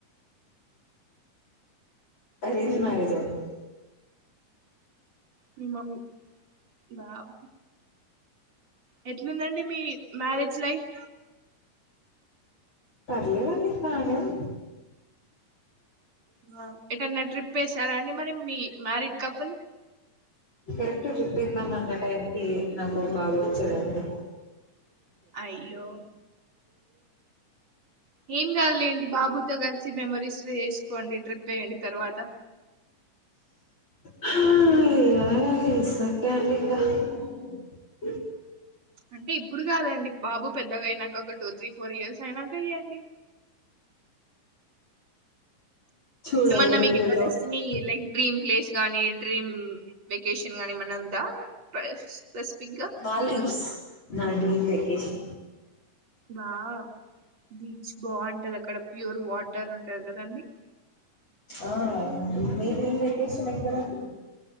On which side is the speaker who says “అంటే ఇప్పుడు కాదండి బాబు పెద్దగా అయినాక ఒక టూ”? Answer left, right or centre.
Right